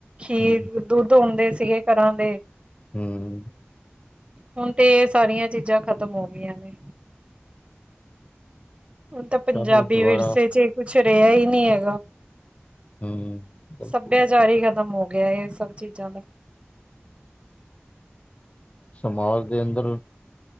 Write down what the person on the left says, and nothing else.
ਹੂੰ
ਹੂੰ।
ਚਲੋ ਦੁਬਾਰਾ
ਹੂੰ ਬਿਲਕੁਲ
ਸਮਾਜ ਦੇ ਅੰਦਰ,